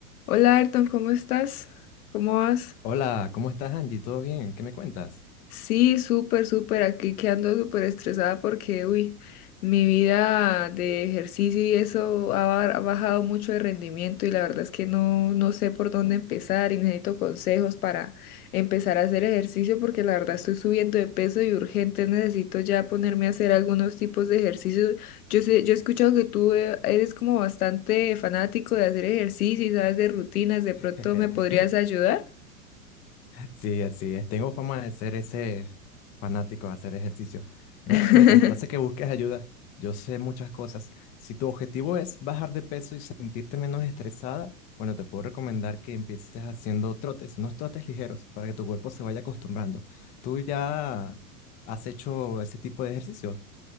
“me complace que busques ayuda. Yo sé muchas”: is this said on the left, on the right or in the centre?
Left